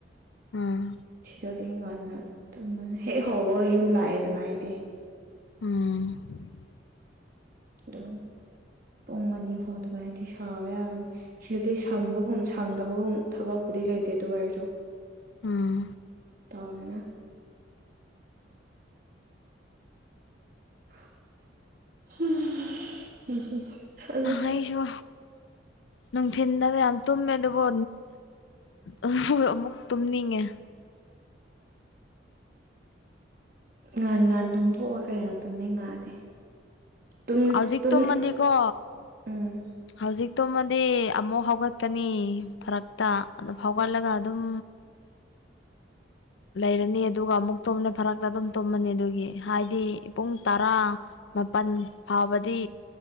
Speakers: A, on the left; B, on the right.
A: ꯎꯝ
B: ꯁꯤꯗ ꯑꯗꯨ ꯉꯟꯅ ꯍꯦꯛ ꯍꯧꯕꯒ ꯌꯨꯝ ꯂꯥꯛꯑꯦꯗꯅ ꯑꯩꯗꯤ
A: ꯎꯝ
B: ꯑꯗꯨ ꯄꯣꯡ ꯑꯅꯤ ꯐꯥꯎꯗ ꯑꯗꯨꯃꯥꯢꯗꯤ ꯁꯥꯕ ꯌꯥꯕꯅꯤ ꯁꯤꯗꯗꯤ ꯁꯪꯕꯒꯨꯝ ꯁꯪꯗꯕꯒꯨꯝ ꯊꯕꯛꯄꯨꯗꯤ ꯂꯩꯇꯦ ꯑꯗꯨ ꯑꯣꯏꯔꯁꯨ
A: ꯎꯝ
B: ꯇꯧꯔꯅ <unintelligible>
A: ꯑꯩꯁꯨ ꯅꯨꯡꯊꯤꯟꯗ ꯌꯥꯝ ꯇꯨꯝꯃꯦ ꯑꯗꯨꯕꯨ ꯑꯥ ꯍꯣꯢ ꯑꯃꯨꯛ ꯇꯨꯝꯅꯤꯡꯉꯦ
B: ꯉꯥꯟ ꯉꯥꯟ ꯇꯨꯝꯊꯣꯛꯑꯣ ꯀꯩꯅꯣ ꯇꯣꯝꯅꯤ ꯉꯥꯑꯗꯤ ꯇꯨꯝꯅꯤ
A: ꯍꯧꯖꯤꯛ
B: ꯇꯨꯝꯅꯤ
A: ꯇꯨꯝꯃꯗꯤꯀꯣ
B: ꯎꯝ
A: ꯍꯧꯖꯤꯛ ꯇꯨꯝꯃꯗꯤ ꯑꯃꯨꯛ ꯍꯧꯒꯠꯀꯅꯤ ꯐꯔꯛꯇ ꯑꯗꯨ ꯍꯧꯒꯠꯂꯒ ꯑꯗꯨꯝ ꯂꯩꯔꯅꯤ ꯑꯗꯨꯒ ꯑꯃꯨꯛ ꯇꯨꯝꯅ ꯐꯔꯛꯇ ꯑꯗꯨꯝ ꯇꯨꯝꯃꯅꯤ ꯑꯗꯨꯒꯤ ꯍꯥꯏꯗꯤ ꯄꯨꯡ ꯇꯔꯥ ꯃꯥꯄꯜ ꯐꯥꯎꯕꯗꯤ